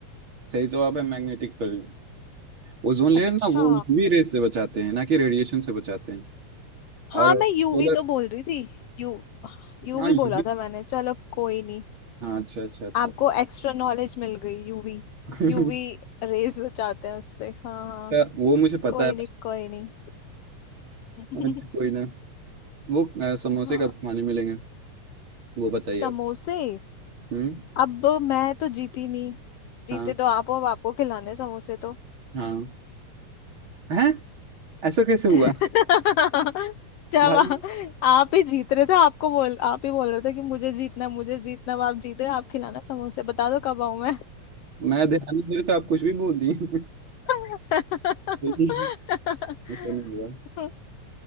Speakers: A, on the right; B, on the left.
A: सही जवाब है मैग्नेटिक फील्ड ओजोन लेयर
B: अच्छा
A: ना वो यूवी रेस से बचाते हैं ना कि रेडिएशन से बचाते हैं
B: हाँ
A: और
B: मैं
A: सोलर
B: यूवी तो बोल रही थी यू यूवी
A: हाँ ये
B: बोला
A: भी
B: था मैंने चलो कोई नहीं
A: हाँ अच्छा अच्छा अच्छा
B: आपको एक्स्ट्रा नॉलेज मिल गई यूवी
A: <laughs> क्या-
B: यूवी रेज बचाते हैं उससे हाँ हाँ
A: वो मुझे पता
B: कोई
A: है
B: नहीं कोई नहीं <laughs>
A: अच्छा कोई ना वो अ, समोसे
B: हाँ
A: कब खाने मिलेंगे वो बताइए
B: समोसे
A: आप हम्म
B: अब मैं तो जीती नहीं जीते
A: हाँ
B: तो आप हो अब आपको खिलाने समोसे तो
A: हाँ हैं ऐसा कैसे हुआ
B: <laughs> जब
A: भाई
B: आ- आप ही जीत रहे थे आपको बोल आप ही बोल रहे थे कि मुझे जीतना है, मुझे जीतना है, अब आप जीते आप खिलाना समोसे बता दो कब आऊं मैं
A: मैं ध्यान नहीं दे रहा तो आप कुछ भी बोल दिए
B: <laughs>
A: <laughs> ऐसा नहीं हुआ